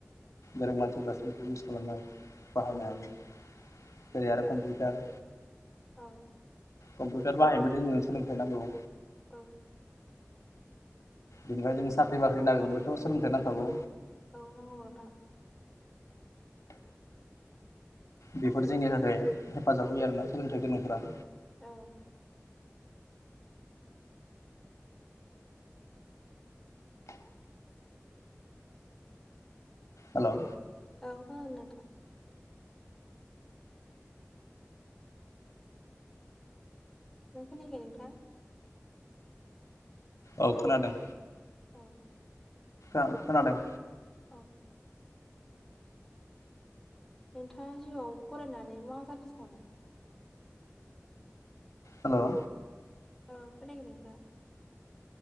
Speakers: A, on the left; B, in the centre.
A: गोरों मानसिफोरासो बेखौ इउस खालामनो हागोन। बाहायनो
B: औ
A: हायो जेरै आरो कमपिउटार
B: औ
A: कम्पिउटार बाहायबायाय जोंनो सोलोंथाइ नांगौ।
B: औ
A: बेनिफ्राय जोङो साख्रि बाख्रि नागिरदोंबायथ सोलोंथाइ नांथागौ।
B: औ नंगौ नोंथां।
A: बेफोर जोंनि थाखाय हेफाजाब होयो आरोना सोलोंथाइ गोनांफोरा।
B: औ
A: हेलौ
B: औ खोनादों नोंथां। नों खोनायाखै नोंथां?
A: औ खोनादों।
B: अ
A: औ खोनादों।
B: औ नोंथाङा जिउआव फरायनानै मा जानो सानो?
A: हेलौ
B: औ खोनायाखै नोंथां।